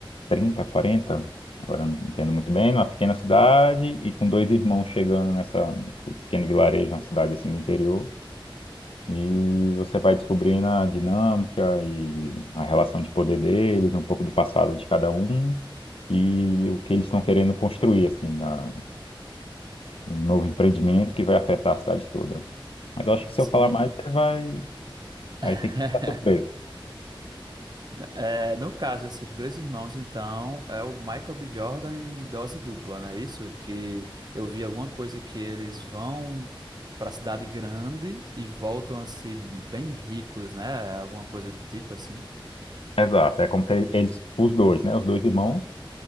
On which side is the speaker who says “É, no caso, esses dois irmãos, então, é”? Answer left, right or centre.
Right